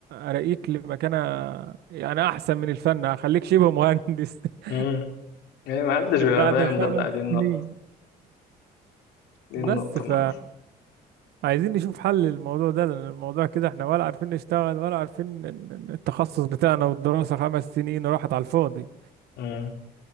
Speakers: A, on the right; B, on the left.
A: اراقيك لمكانة يعني احسن من الفن هخليك شبه مهندس <laughs>
B: مم. يعني محدش بيبقى
A: بعد
B: فاهم
A: خمس
B: ده بقى دي النقطة
A: سنين
B: دي
A: بس
B: النقطة
A: ف
B: ما.
A: عايزين نشوف حل للموضوع ده لان الموضوع كده احنا ولا عارفين نشتغل ولا عارفين التخصص بتاعنا والدراسة خمس سنين راحت على الفاضي
B: مم.